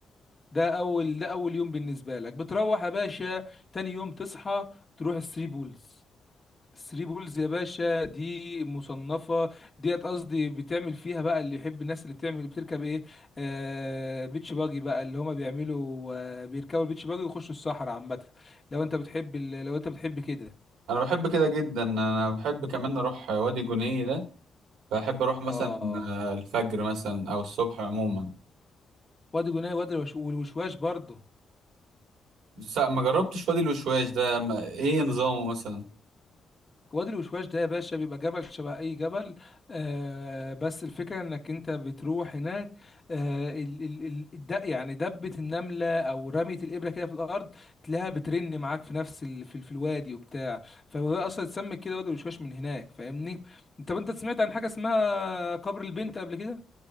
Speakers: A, on the left (about 30°); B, on the right (about 80°).
A: ده اول ده اول يوم بالنسبه لك بتروح يا باشا تاني يوم تصحى تروح الثري بولز ثري بولز يا باشا دي مصنفة ديت قصدي بتعمل فيها بقى اللي يحب الناس اللي بتعمل اللي بتركب ايه آه بيتش باجي بقى اللي هما بيعملوا آه بيركبوا البيتش باجي ويخشوا الصحراء عامة لو انت بتحب ال- لو انت بتحب كده
B: انا بحب كده جدا انا بحب كمان اروح وادي جنيه ده بحب اروح مثلا
A: اه
B: آه، الفجر مثلا او الصبح عموما
A: وادي جناي وادي الوش- والوشواش برضه
B: بس ما جربتش وادي الوشواش ده ما... ايه نظامه مثلا
A: وادي الوشواش ده يا باشا بيبقى جبل شبه اي جبل آه بس الفكره انك انت بتروح هناك آه ال ال ال الد- يعني دبه النمله او رميه الابره كده في الارض تلاقيها بترن معاك في نفس ال في, في الوادي وبتاع فهو ده اصلا اتسمى كده وادي الوشواش من هناك فاهمني انت انت سمعت عن حاجه اسمها قبر البنت قبل كده